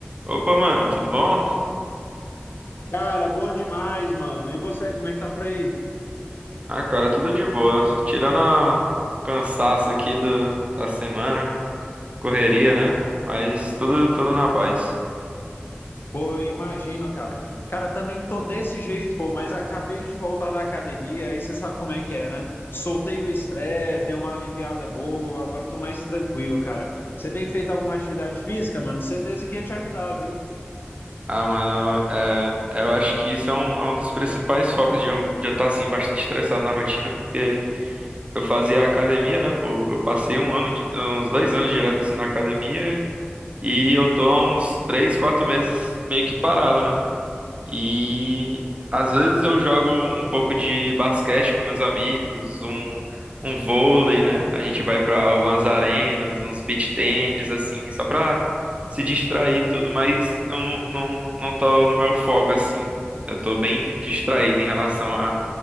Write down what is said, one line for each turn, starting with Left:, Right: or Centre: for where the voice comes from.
Right: Opa, mano, tudo bom?
Left: Cara, bom demais, mano. E você, como é que tá por aí?
Right: Ah, cara, tudo de boa. Tirando a- o cansaço aqui do, da semana, correria, né? Mas tudo, tudo na paz.
Left: Pô, eu imagino, cara. Cara, também tô desse jeito, pô, mas acabei de voltar da academia, aí você sabe como é que é, né? Soltei o estresse, dei uma aliviada boa, agora eu tô mais tranquilo, cara. Você tem feito alguma atividade física, mano? Certeza que ia te ajudar, viu?
Right: Ah, mano, é, eu acho que isso é um, é um dos principais focos de eu já estar, assim, bastante estressado na rotina, porque eu fazia academia, né? Pô, eu passei um ano, de- uns dois anos direto, assim, na academia, e eu tô há uns três, quatro meses meio que parado, né? E às vezes eu jogo um pouco de basquete com meus amigos, um, um vôlei, né? A gente vai pra algumas arenas, uns beach tênis, assim, só pra se distrair e tudo, mas eu não, não, não tô no meu foco, assim. Eu tô bem distraído em relação à